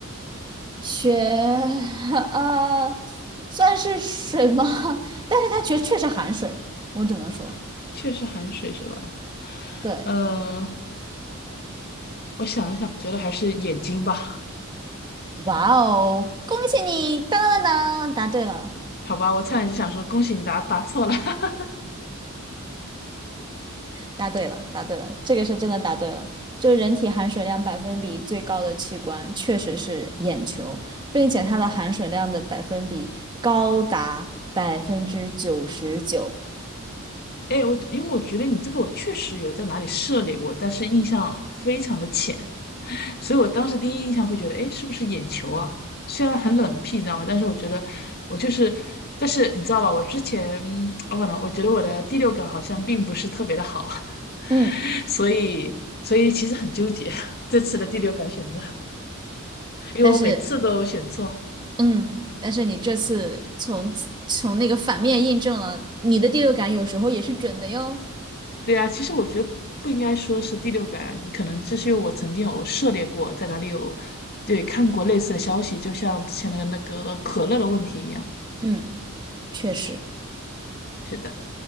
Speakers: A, on the right; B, on the left.
A: 血 <laughs>，呃，算是水吗？<laughs> 但是它确确实含水，我只能说，
B: <laughs> 确实含水是吧？
A: 对，
B: 呃，我想了想，我觉得还是眼睛吧。
A: 哇哦，恭喜你！当当当当答对了，
B: 好吧，我差点就想说恭喜你答答错了。<laughs>
A: 答对了，答对了，这个是真的答对了。就是人体含水量百分比最高的器官确实是眼球，并且它的含水量的百分比高达百分之九十九。
B: 哎，我因为我觉得你这个我确实有在哪里涉猎过，但是印象非常的浅。所以我当时第一印象会觉得，哎，是不是眼球啊？虽然很冷僻，你知道吗？但是我觉得我就是，但是你知道吧？我之前啊不能，我觉得我的第六感好像并不是特别的好，
A: 嗯，
B: <laughs> 所以所以其实很纠结这次的第六感选择，因为我每次都选错。
A: 但是，嗯，但是你这次从从那个反面印证了你的第六感有时候也是准的哟。
B: 对啊，其实我觉得不应该说是第六感，可能这是因为我曾经有涉猎过，在哪里有对看过类似的消息，就像之前的那个可乐的问题一样。
A: 嗯，确实，
B: 是的，